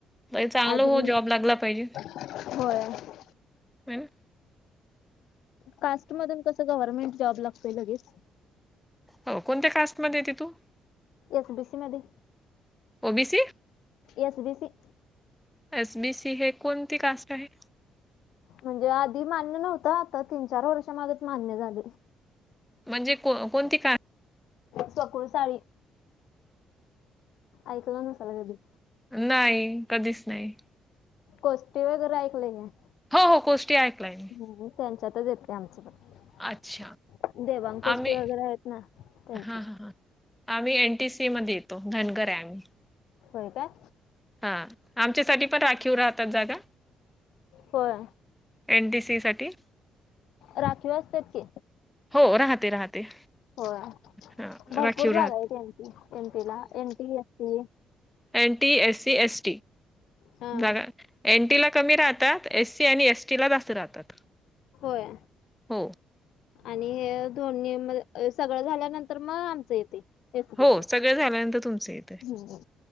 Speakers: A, in the centre; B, on the left.
A: होय चांगलं
B: आधी
A: हो जॉब लागला पाहिजे.
B: होय.
A: हम्म
B: कास्टमधून कसं गव्हर्नमेंट जॉब लागतोय लगेच
A: हो कोणत्या कास्टमध्ये येते तू?
B: एस बी सी मध्ये
A: O B C
B: S B C
A: S B C हे कोणती कास्ट आहे.
B: म्हणजे आधी मान्य नव्हतं आता तीन चार वर्षा मागच मान्य झाल.
A: म्हणजे को कोणती का
B: सकूळ साळी ऐकलं नसाला कधी-
A: नाही कधीच नाही.
B: कोस्टी वगैरे ऐकलंय काय
A: हो हो कोष्टी ऐकलय मी
B: बघु कोणचा तर व्यत्य आमचं पण
A: अच्छा.
B: देवाण कोष्टी
A: आम्ही
B: वगैरे आहेत ना त्यांच्यात
A: हां, हां, हां. आम्ही एनटीसी मध्ये येतो धनगर आहे आम्ही
B: होय काय
A: हा आमच्यासाठी पण राखीव राहतात जागा
B: होय
A: एनटीसी साठी
B: राखी असतात की
A: हो राहते राहते
B: होय
A: हां,
B: भरपूर
A: राखीव
B: जागा
A: राहत
B: आहेत एनटी एनटीला NTC
A: N T S C S
B: हा
A: जागा एनटी ला कमी राहतात एस सी आणि एसटीला जास्त राहतात
B: होय
A: हो
B: आणि हे दोन्ही मग सगळं झाल्यानंतर मग आमचं येतंय एसबीसी
A: हो. सगळं झाल्यानंतर तुमचं येतंय.
B: हम्म